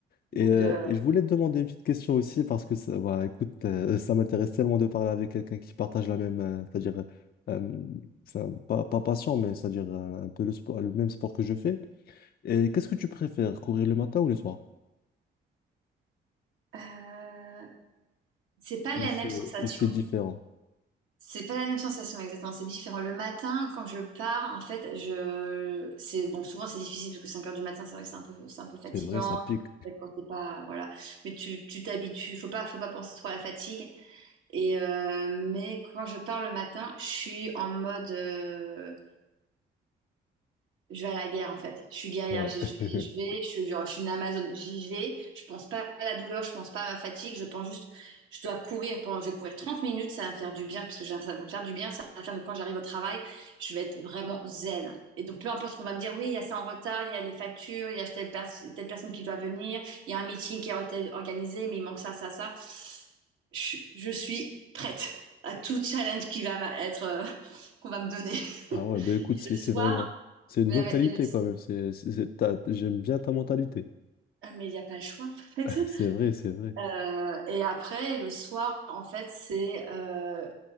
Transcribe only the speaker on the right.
Donc,
euh,
euh, c'est pas
la
même sensation.
C'est pas la même sensation exactement, c'est différent. Le matin, quand je pars, en fait, je c'est bon, souvent c'est difficile parce que 5 heures du matin, c'est vrai que c'est un peu c'est un peu fatigant
quand t'es pas voilà, mais tu tu t'habitues, faut pas faut pas penser trop à la fatigue et euh, mais quand je pars le matin, je suis en mode euh, je vais à la guerre en fait. Je suis guerrière.
J'y-
Je vais, je vais, je suis genre, je suis une Amazone. J'y vais. Je pense pas à la douleur. Je pense pas à ma fatigue. Je pense juste, je dois courir. Pendant, je vais courir 30 minutes. Ça va me faire du bien parce que j'ai- ça va me faire du bien. Ça va faire que quand j'arrive au travail, je vais être vraiment zen. Et donc peu importe ce qu'on va me dire. Oui, il y a ça en retard. Il y a les factures. Il y a telle, pers- telle personne qui doit venir. Il y a un meeting qui est orta- organisé, mais il manque ça, ça, ça. Je, je suis prête à tout challenge qui va m'a- être euh, <laughs> qu'on va me donner.
Le
soir,
ouais,
ouais,
et le
Ah, mais il n'y a pas le choix, en
fait. <laughs>
Euh, et après, le soir, en fait, c'est euh,